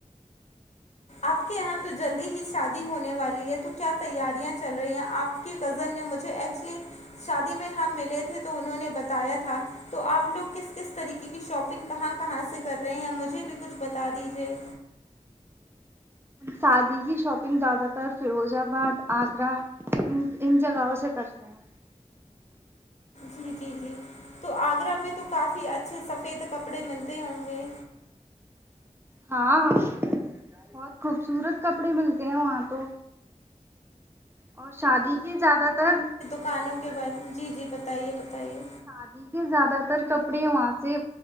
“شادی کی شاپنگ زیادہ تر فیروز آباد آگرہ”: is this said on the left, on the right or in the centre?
Right